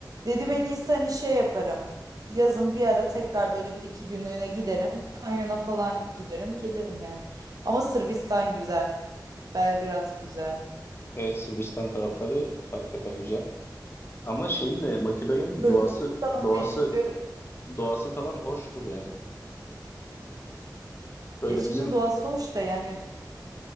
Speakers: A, on the right; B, on the left.
A: Dedim en iyisi hani şey yaparım. Yazın bir ara tekrar böyle bir iki günlüğüne giderim. Kanyona falan giderim gelirim yani. Ama Sırbistan güzel. Belgrad güzel.
B: Evet Sırbistan tarafları hakikaten güzel. Ama şeyin de Makedonya'nın
A: Hırvatistan'ı
B: doğası doğası
A: da istiyorum.
B: Doğası falan hoştur yani. Böyle
A: Ya şimdi
B: bizim
A: doğası hoş da yani